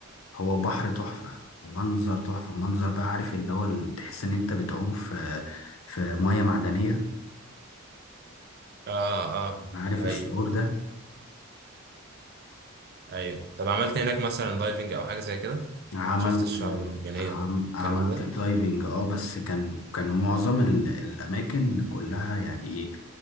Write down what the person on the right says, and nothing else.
اه اه
ايوه
ايوه طب عملت إيه هناك مثلا دايفنج او حاجه زي كده
شفت الشعب المرجانيه
الكلام ده